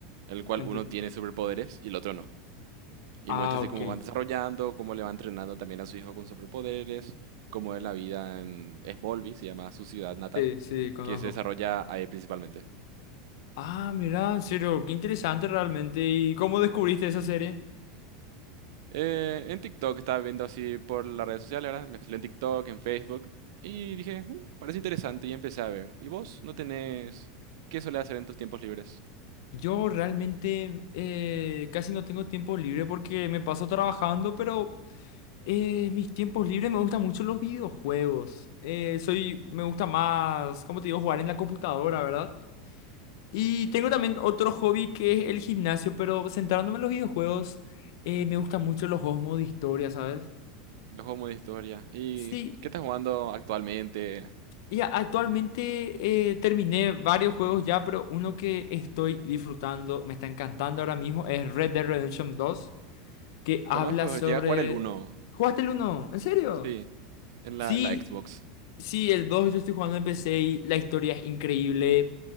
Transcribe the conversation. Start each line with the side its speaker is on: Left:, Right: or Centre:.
Right: el cual
Left: entiendo.
Right: uno tiene superpoderes y el otro no. Y
Left: Ah,
Right: muestra así
Left: ok.
Right: cómo van desarrollando, cómo le va entrenando también a su hijo con superpoderes, cómo es la vida en Smallville, se llama su ciudad natal,
Left: Sí, sí, conozco.
Right: que se desarrolla ahí principalmente.
Left: Ah, mira, en serio, qué interesante realmente. ¿Y cómo descubriste esa serie?
Right: Eh, en TikTok estaba viendo así por las redes sociales, ahora me fui en TikTok, en Facebook, y dije, "Mm, parece interesante y empecé a ver. ¿Y vos no tenés qué solés hacer en tus tiempos libres?
Left: Yo realmente eh, casi no tengo tiempo libre porque me paso trabajando, pero eh, mis tiempos libres me gustan mucho los videojuegos. Eh, soy, me gusta más, como te digo, jugar en la computadora, ¿verdad? Y tengo también otro hobby que es el gimnasio, pero centrándome en los videojuegos, eh, me gustan mucho los juegos modo historia, ¿sabes?
Right: Los juegos modo historia. ¿Y
Left: Sí,
Right: qué estás jugando actualmente?
Left: Y a- actualmente eh, terminé varios juegos ya, pero uno que estoy disfrutando, me está encantando ahora mismo, es Red Dead Redemption dos que habla
Right: Conozco,
Left: sobre...
Right: llegué a jugar el uno,
Left: ¿Jugaste el uno? ¿En serio?
Right: Sí, en
Left: Sí,
Right: la, en la Xbox.
Left: sí, el 2 yo estoy jugando en PC y la historia es increíble,